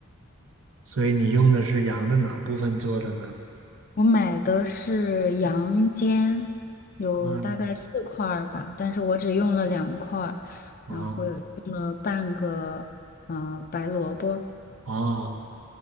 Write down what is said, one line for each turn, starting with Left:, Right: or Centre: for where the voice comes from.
Right: 所以你用的是羊的哪部分做的呢？
Left: 我买的是羊肩，有大概四块儿吧，
Right: 嗯
Left: 但是我只用了两块儿，
Right: 啊
Left: 然后有用了半个呃白萝卜。
Right: 啊！